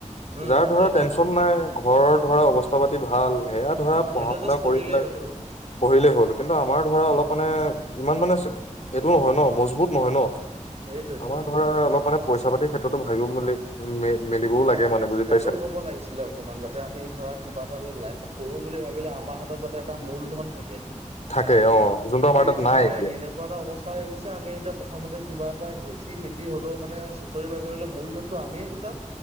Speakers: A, on the right; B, on the left.
A: উম
B: যাৰ ধৰা
A: সেইটোৱেতো
B: টেনচন নাই ঘৰৰ ধৰা অৱস্থা পাতি ভাল সেয়া ধৰা
A: অ
B: পঢ়া
A: সিহঁতে জাষ্ট
B: শুনা কৰি
A: পঢ়িলেই
B: পেলাই
A: হ'ল আৰু
B: পঢ়িলেই হ'ল কিন্তু আমাৰ ধৰা অলপ মানে ইমান মানে এইটো নহয় ন মজবুত নহয় ন
A: সেইটোৱেতো
B: আমাৰ ধৰা অলপ মানে পইচা পাতিৰ ক্ষেত্ৰতো ভাবিও মি মেলিবও লাগে মানে
A: ষ্টেবল
B: বুজি পাইছা
A: হ'ব লাগিছিলে অকনমান যাতে আমি ধৰা কিবা এটা লাইফত কৰো বুলি ভাবিলে আমাৰ হাতত যাতে এটা মূল ধন থাকে
B: থাকে অ যোনটো
A: কিন্তু
B: আমাৰ
A: এতিয়া
B: তাত নাই
A: আমি এনেকোৱা এটা অৱস্থা হৈ গৈছে আমি এতিয়া প্ৰথমতে কিবা এটা ঘেঁচি তিটি হলেও মানে চুচৰি বাগৰিলে মূলধনটো আমিয়ে গোটাম